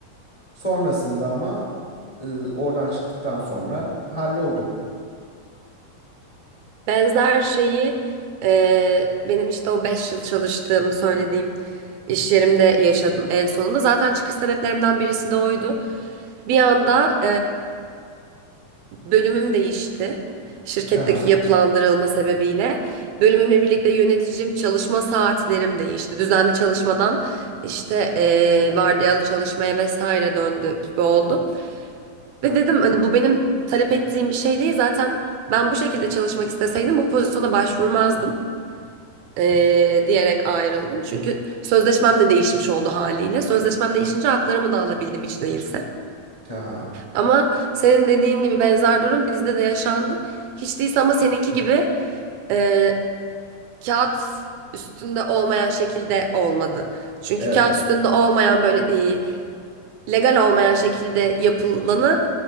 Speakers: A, on the left; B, on the right.
A: Sonrasında ama e, oradan çıktıktan sonra halloldu.
B: Benzer şeyi e, benim işte o 5 yıl çalıştığımı söylediğim iş yerimde yaşadım en sonunda. Zaten çıkış sebeplerimden birisi de oydu. Bir anda Bölümüm değişti. Şirketteki
A: Haha,
B: yapılandırılma sebebiyle. Bölümümle birlikte yöneticim, çalışma saatlerim değişti. Düzenli çalışmadan işte eee vardiyalı çalışmaya vesaire döndü gibi oldu. Ve dedim hani bu benim talep ettiğim bir şey değil. Zaten ben bu şekilde çalışmak isteseydim bu pozisyona başvurmazdım. eee, diyerek ayrıldım. Çünkü sözleşmem de değişmiş oldu haliyle. Sözleşmem değişince haklarımı da alabildim hiç değilse.
A: haha.
B: Ama senin dediğin gibi benzer durum bizde de yaşandı. Hiç değilse ama seninki gibi e, kağıt üstünde olmayan şekilde olmadı. Çünkü
A: Evet,
B: kağıt üstünde olmayan böyle e, legal olmayan şekilde yapılanı